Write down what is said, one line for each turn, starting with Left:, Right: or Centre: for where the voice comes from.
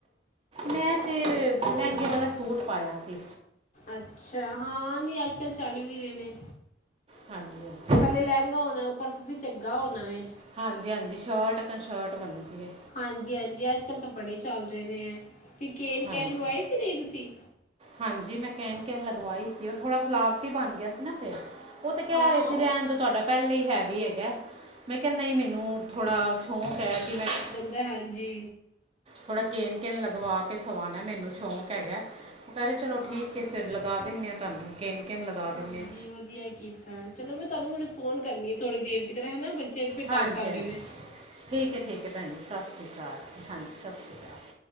Right: ਮੈਂ ਤੇ ਲਹਿੰਗੇ ਵਾਲਾ ਸੂਟ ਪਾਇਆ ਸੀ
Left: ਅੱਛਾ ਹਾਂ ਨਹੀ ਅੱਜ ਕੱਲ ਚੱਲ ਵੀ ਰੇ ਨੇ
Right: ਹਾਂਜੀ- ਹਾਂਜੀ
Left: ਥੱਲੇ ਲਹਿੰਗਾ ਹੋਣਾ ਉੱਪਰ ਫਿਰ ਚੰਗਾ ਹੋਣਾ ਵੇ
Right: ਹਾਂਜੀ ਹਾਂਜੀ ਸ਼ਰਟ ਕ ਸ਼ਰਟ ਬੰਨਦੀ ਏ
Left: ਹਾਂਜੀ ਹਾਂਜੀ ਅੱਜ ਕੱਲ੍ਹ ਤਾਂ ਬੜ੍ਹੇ ਚੱਲ ਰਹੇ ਨੇ ਐ ਵੀ ਕੇਨ
Right: ਹਾਂਜੀ
Left: ਕਹਿਣ ਨੂੰ ਆਈ ਸੀ ਨਹੀਂ ਤੁਸੀਂ
Right: ਹਾਂਜੀ ਮੈਂ ਕਹਿਣ ਕਹਿਣ ਲਗਵਾਈ ਸੀ ਉਹ ਥੋੜ੍ਹਾ ਫਲਾਵਟੀ ਬਣ ਗਿਆ ਸੀ ਨਾ ਫੇਰ ਉਹ ਤਾਂ ਕਹਿ
Left: ਹਾਂ
Right: ਰਹੇ ਸੀ
Left: ਉਹ-
Right: ਰਹਿਣ ਦੋ ਤੁਹਾਡਾ ਪਹਿਲੇ ਹੀ ਹੈਵੀ ਹੈਗਾ ਮੈਂ ਕਿਹਾ ਨਹੀਂ ਮੈਨੂੰ ਥੋੜ੍ਹਾ ਸ਼ੌਕ ਹੈ ਕਿ ਮੈਂ ਕ
Left: ਕਹਿ ਹਾਂਜੀ
Right: ਥੋੜ੍ਹਾ ਕੇਨ ਕੇਨ ਲਗਵਾ ਕੇ ਸਵਾਉਣਾ ਮੈਨੂੰ ਸ਼ੌਂਕ ਹੈਗਾ ਦਪਹਿਰੇ ਚਲੋ
Left: ਹਾਂ
Right: ਠੀਕ ਹੈ ਫਿਰ ਲਗਾ ਦਿੰਦੇ ਤੁਹਾਨੂੰ ਕਿਨ ਕਿੰਨ ਲਗਾ
Left: ਹਾਂਜੀ
Right: ਦਿੰਨੇ ਆ
Left: ਵਧੀਆ ਕੀਤਾ ਚਲੋ ਮੈਂ ਤੁਹਾਨੂੰ ਹੁਣ ਫੋਨ ਕਰਨੀ ਥੋੜੀ ਦੇਰ ਤੱਕ ਹੈ ਨਾ ਬੱਚੇ ਫਿਰ
Right: ਹਾਂਜੀ
Left: ਤੰਗ ਕਰ ਰਹੇ
Right: ਹਾਂਜੀ
Left: ਨੇ
Right: ਠੀਕ ਹੈ ਠੀਕ ਹੈ ਭੈਣ ਜੀ ਸਤਿ ਸ਼੍ਰੀ ਅਕਾਲ ਜੀ ਹਾਂਜੀ ਸਤਿ ਸ਼੍ਰੀ ਅਕਾਲ